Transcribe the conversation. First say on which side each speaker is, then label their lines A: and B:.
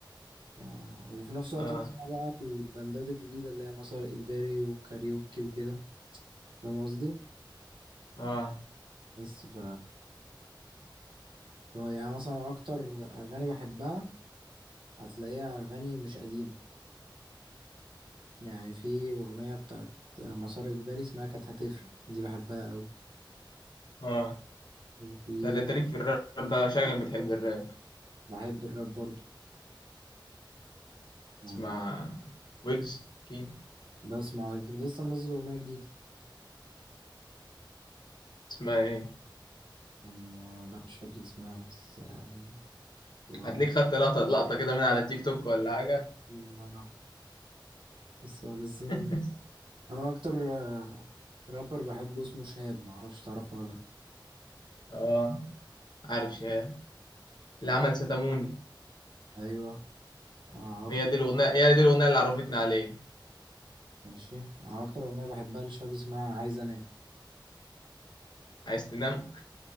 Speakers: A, on the right (about 80°); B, on the left (about 60°).
A: آه وفي نفس الوقت
B: اه
A: بسمع بقى البندات الجديدة اللي هي مسار إجباري وكاريوكي وكده فاهم قصدي؟
B: اه
A: بس ف طب يعني مثلا أكتر أغاني بحبها هتلاقيها أغاني مش قديمة يعني في أغنية بتاعت مسار إجباري اسمها كانت هتفرق دي بحبها أوي
B: اه
A: وفي
B: ده اللي تاريخ في الراب بقى شكلك بتحب الراب
A: بحب الراب برضه يعني
B: تسمع ويجز اكيد
A: بسمع لسه منزل أغنية جديدة
B: اسمها ايه
A: كان لا مش فاكر اسمها بس آه، أغنية
B: هتلاقيك خدت لقطة لقطة كده من على التيك توك ولا حاجة
A: الله ينور لسه لسه نازل.
B: <laughs>
A: أنا أكتر آه، رابر بحبه اسمه شهاب معرفش تعرفه ولا
B: اه عارف شاه اللي عمل ستاموني
A: لأ أيوه آه، أكتر
B: هي دي الاغنية هي دي الاغنية اللي عرفتني عليه
A: ماشي أنا أكتر أغنية بحبها لشهاب اسمها عايز
B: عايز تنام